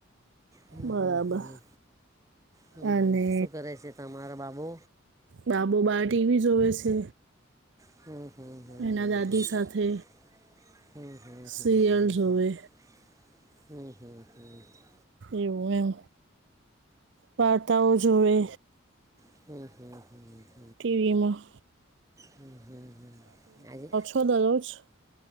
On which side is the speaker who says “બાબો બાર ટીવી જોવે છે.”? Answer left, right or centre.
Right